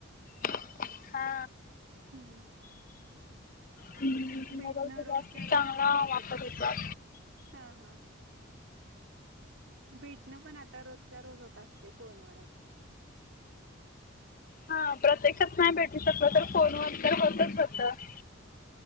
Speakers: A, on the left; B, on the right.
A: हा.
B: हम्म
A: हम्,
B: भेटणं
A: मोबाईलचा जास्त
B: रोजच्या रोज
A: चांगला
B: फोनवरच
A: वापर
B: होत
A: होतो.
B: हा हा. भेटण पण आता रोजच्या रोज होत असते फोनवरच.
A: हा प्रत्यक्षात नाही भेटू शकल, तर फोनवर तर होतच होत.